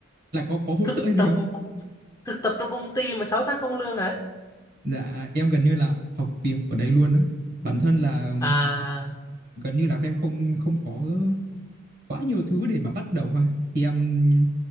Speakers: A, on the right (about 45°); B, on the left (about 15°).
A: là có có hỗ
B: thực
A: trợ hay gì
B: tập
A: không
B: thực tập trong công ty mà 6 tháng không lương hả
A: dạ em gần như là học việc ở đây luôn á bản thân là
B: à,
A: gần như là em không không có quá nhiều thứ để mà bắt đầu ha. Thì em